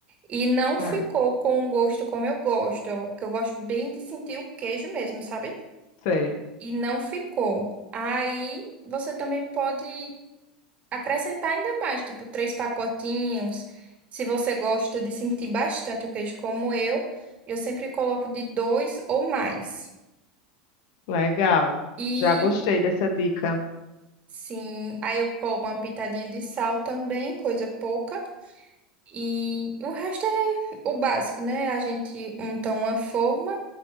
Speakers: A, on the right; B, on the left.
A: E não ficou
B: É,
A: com o gosto como eu gosto, eu- que eu gosto bem de sentir o queijo mesmo, sabe?
B: sei.
A: E não ficou. Aí você também pode acrescentar ainda mais, tipo três pacotinhos. Se você gosta de sentir bastante o queijo como eu, eu sempre coloco de dois ou mais.
B: Legal.
A: E
B: Já gostei dessa dica.
A: Sim, aí eu coloco uma pitadinha de sal também, coisa pouca. E o resto é o básico, né? A gente unta uma forma